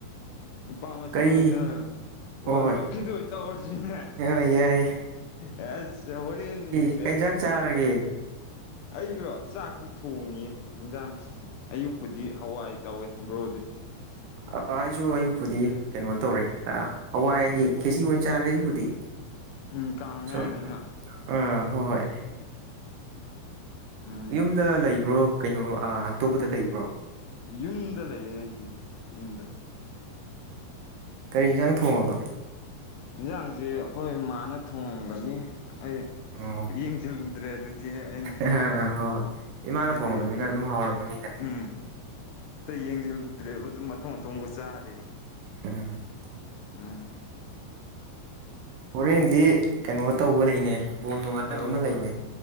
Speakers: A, on the left; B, on the right.
A: ꯅꯨꯄꯥ ꯃꯁ‌ꯦꯟ
B: ꯀꯔꯤ
A: ꯑ‌ꯣꯏꯅ
B: ꯍꯣꯏ
A: ꯋꯥꯜ ꯀꯞ ꯀꯤꯗ‌ꯣ ꯑ‌ꯣꯏ ꯇꯧꯔꯁꯤꯅ‌ꯦ
B: ꯍꯣꯏ ꯌꯥꯏꯌꯦ
A: ꯍꯥꯏꯁ ꯍ‌ꯣꯔ‌ꯦꯟꯒꯤꯗꯤ
B: ꯀꯩ ꯑ‌ꯦꯟꯖꯥꯡ ꯆꯥꯔꯒꯦ
A: ꯑꯩꯔꯣ ꯆꯥꯛꯇꯤ ꯊꯣꯡꯉꯤꯌꯦ ꯏꯟꯖꯥꯡ ꯑꯌꯨꯛꯄꯨꯗꯤ ꯍꯋꯥꯏ ꯇꯧꯋꯦ ꯕ꯭ꯔꯣꯗꯤ
B: ꯑꯥ ꯑꯩꯁꯨ ꯑꯌꯨꯛꯄꯨꯗꯤ ꯀꯩꯅꯣ ꯇꯧꯔꯦ ꯑꯥ ꯍꯋꯥꯏ ꯈꯦꯁꯤ ꯑꯣꯏ ꯆꯥꯔꯦ ꯑꯩꯕꯨꯗꯤ
A: ꯎꯝ ꯀꯥꯡ ꯃꯌꯥꯅꯤꯅ
B: ꯁꯨꯝ ꯑꯥ ꯍꯣꯏ
A: ꯎꯝ
B: ꯌꯨꯝꯗ ꯂꯩꯕ꯭ꯔꯣ ꯀꯩꯅꯣ ꯑꯥ ꯑꯇꯣꯞꯄꯗ ꯂꯩꯕ꯭ꯔꯣ
A: ꯌꯨꯝꯗ ꯂꯩꯌꯦ ꯑꯩꯗꯤ ꯌꯨꯝꯗ
B: ꯀꯩ ꯍꯤꯟꯖꯥꯡ ꯊꯣꯡꯉꯕ
A: ꯏꯟꯖꯥꯡꯖ‌ꯦ ꯑꯈꯣꯏ ꯃꯥꯅ ꯊꯣꯉꯝꯒꯅꯤ ꯑꯩ
B: ꯑꯣ
A: ꯌꯦꯡꯖꯜꯂꯨꯗ꯭ꯔꯦ ꯑꯗꯨꯗꯤ ꯍꯦꯛ ꯑꯩꯅ
B: <unintelligible> ꯍꯣꯏ ꯍꯣꯏ ꯏꯃꯥꯅ
A: ꯍꯥꯏꯗꯤ
B: ꯊꯣꯡꯉꯕꯅꯤꯅ ꯑꯗꯨꯝ ꯍꯥꯎꯔꯝ ꯒꯅꯤꯗ
A: ꯎꯝ ꯇ ꯌꯦꯡꯖꯜꯂꯨꯗ꯭ꯔꯦꯕ ꯑꯗꯨꯝ ꯑꯊꯣꯡ ꯑꯊꯣꯡꯕ ꯆꯥꯔꯦ
B: <unintelligible>
A: ꯎꯝ
B: ꯍꯣꯔꯦꯟꯗꯤ ꯀꯩꯅꯣ ꯇꯧꯕ ꯂꯩꯅꯦ ꯕꯣꯜ ꯅꯨꯡꯉꯥꯏꯕ
A: ꯑꯪ
B: ꯑꯝꯃꯥ
A: ꯍꯣꯏ
B: ꯂꯩꯅꯦ